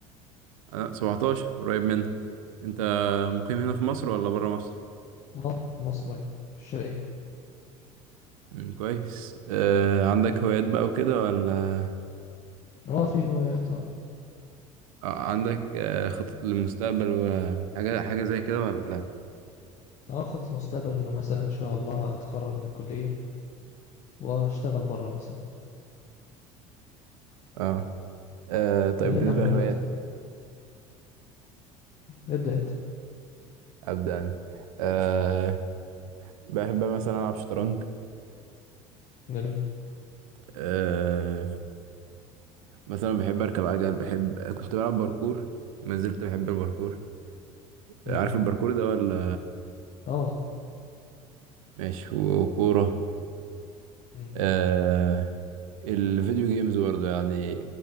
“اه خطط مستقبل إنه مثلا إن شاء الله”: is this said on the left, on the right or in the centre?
Left